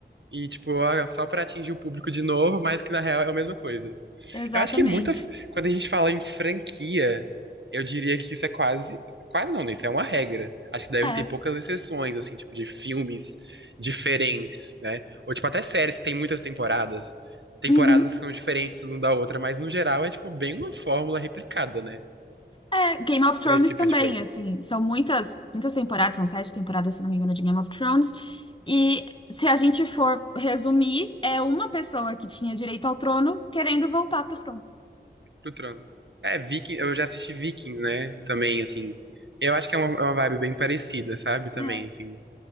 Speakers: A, on the right (about 85°); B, on the left (about 30°).
A: e, tipo, ó, só pra atingir o público de novo, mas que na real é a mesma coisa.
B: Exatamente.
A: Eu acho que muita. Quando a gente fala em franquia, eu diria que isso é quase. Quase não, né? Isso é uma regra. Acho que devem
B: É.
A: ter poucas exceções, assim, tipo, de filmes diferentes, né? Ou, tipo, até séries que tem muitas temporadas. Temporadas
B: Uhum.
A: que são diferentes uma da outra, mas no geral é, tipo, bem uma fórmula replicada, né?
B: É, Game of Thrones
A: Pra esse tipo
B: também,
A: de coisa.
B: assim, são muitas, muitas temporadas, são sete temporadas, se não me engano, de Game of Thrones. E se a gente for resumir, é uma pessoa que tinha direito ao trono querendo voltar pro trono.
A: Pro Trono. É, Viking, eu já assisti Vikings, né? Também, assim. Eu acho que é uma, é uma vibe bem parecida, sabe? Também,
B: É,
A: assim.